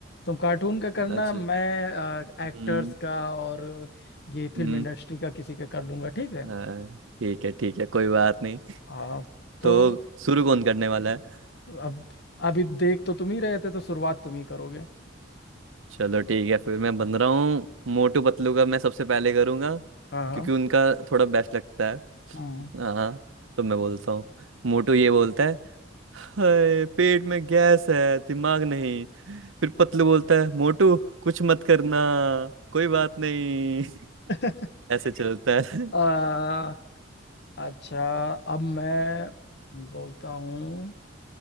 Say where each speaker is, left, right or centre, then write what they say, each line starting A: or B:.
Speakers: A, on the left; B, on the right.
A: तुम कार्टून का करना
B: अच्छा
A: मैं
B: हम्म
A: एक्टर्स का और ये फिल्म
B: हम्म
A: इंडस्ट्री का किसी का कर लूंगा ठीक है
B: हाँ, ठीक है ठीक है कोई बात नहीं
A: हाँ तो
B: तो शुरू कौन करने वाला है
A: अब अभी देख तो तुम ही रहे थे तो शुरुआत तुम ही करोगे
B: चलो ठीक है फिर मैं बन रहा हूँ मोटू पतलू का मैं सबसे पहले करूँगा
A: हाँ हाँ
B: क्योंकि उनका थोड़ा बेस्ट लगता है
A: हाँ
B: हाँ हाँ, तो मैं बोलता हूँ मोटू
A: हाँ।
B: ये बोलता है हाय पेट में गैस है दिमाग नहीं फिर पतलू बोलता है मोटू कुछ मत करना कोई बात नहीं <laughs>
A: <laughs>
B: ऐसे चलता है
A: आ, अच्छा अब मैं बोलता हूँ